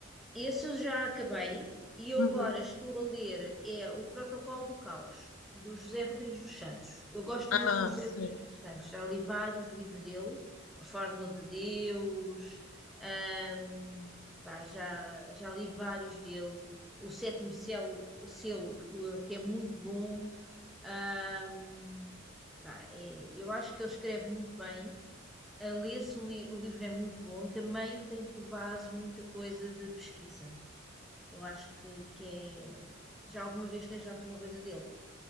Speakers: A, in the centre; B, on the left.
A: Esse eu já acabei e eu
B: Uhum.
A: agora estou a ler é o Protocolo do Caos, do José Rodrigues dos Santos. Eu gosto
B: Ah,
A: muito do José
B: sim.
A: Rodrigues dos Santos, já li vários livros dele, A Fórmula de Deus, ahm, pá, já, já li vários dele, O Sétimo Selo, o selo o- que é muito bom. ahm, pá, é- eu acho que ele escreve muito bem. A Lê-se um li- o livro é muito bom e também tem por base muita coisa de pesquisa. Eu acho que, que é. Já alguma vez leste alguma coisa dele?